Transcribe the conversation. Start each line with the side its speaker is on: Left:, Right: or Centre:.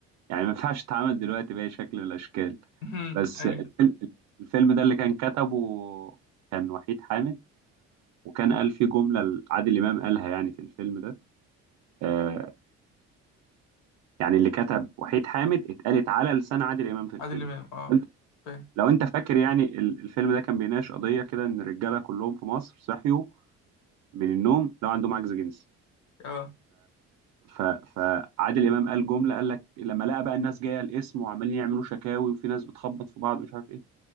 Right: يعني ما ينفعش تتعامل دلوقتي بأي شكل من الأشكال
Left: <laughs>
Right: بس
Left: ايوه
Right: الفيلم الفيلم ده اللي كان كتبه كان وحيد حامد وكان قال فيه جملة عادل إمام قالها يعني في الفيلم ده آه يعني اللي كتب وحيد حامد اتقالت على لسان عادل إمام في الفيلم
Left: عادل امام اه
Right: انت-
Left: فاهم
Right: لو أنت فاكر يعني ال- الفيلم ده كان بيناقش قضية كده إن الرجالة كلهم في مصر صحيوا من النوم لو عندهم عجز جنسي
Left: اه
Right: ف... فعادل إمام قال جملة قال لك لما لقى بقى الناس جاية القسم وعمالين يعملوا شكاوي وفي ناس بتخبط في بعض ومش عارف إيه